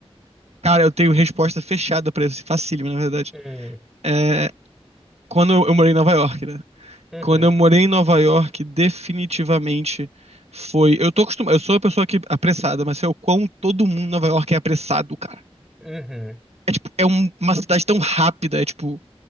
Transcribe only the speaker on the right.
Cara, eu tenho resposta fechada pra isso. Facílimo, na verdade.
É, quando eu, eu morei em Nova York, né?
Quando eu morei em Nova York, definitivamente foi. Eu tô acostumado. Eu sou uma pessoa que é apressada, mas sei o quão todo mundo em Nova York é apressado, cara.
É tipo, é um- uma cidade tão rápida, é tipo,